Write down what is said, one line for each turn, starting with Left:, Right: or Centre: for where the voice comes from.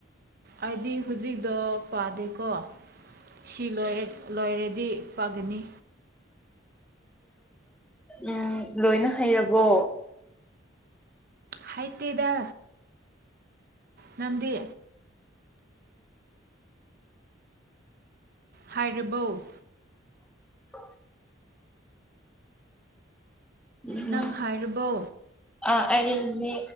Right: ꯑꯩꯗꯤ ꯍꯧꯖꯤꯛꯗꯣ ꯄꯥꯗꯦꯀꯣ ꯁꯤꯣꯏ ꯂꯣꯏꯔꯗꯤ ꯄꯥꯒꯅꯤ
Centre: ꯎꯝ ꯂꯣꯏꯅ ꯍꯩꯔꯕꯣ
Right: ꯍꯥꯏꯇꯗ ꯅꯗꯤ ꯍꯥꯏꯔꯤꯕꯧ
Centre: ꯑ ꯎꯝ
Right: ꯅꯪ ꯍꯥꯏꯔꯕꯣ
Centre: ꯑ ꯑꯩꯗꯤ